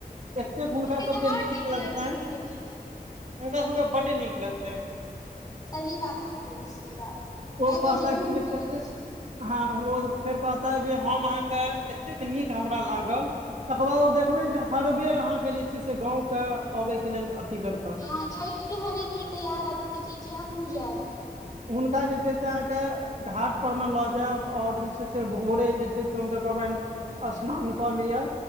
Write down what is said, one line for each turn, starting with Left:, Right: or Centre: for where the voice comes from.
Right: एतेक हुनका
Left: तऽ
Right: सबके
Left: आओर
Right: नीक लगतैन
Left: लगतनि ई सब चीज
Right: हुनका सबके बड नीक लगतैन
Left: सही बात अहाँ कहै छी ई बात
Right: ओ
Left: ए
Right: कहता
Left: बेर जरूर
Right: कि
Left: हुनका
Right: जे कते
Left: आनै छी
Right: हँ ओ फेर कहता जे हम अहाँके एतेक नीक हमरा लागल तकर बाद ओ देखबे जे हर बेर अहाँ के जे छै से गाँंव के अबे के लेल अथी करता
Left: हँ <unintelligible> तैयार रहथिन जे ठीक छै हमहूँ जायब
Right: हुनका जे छै से अहाँके घाट पर मे ल जायब ओर जे छै से भोरे जे छै से हुनका कहबनि स्नान क लिअ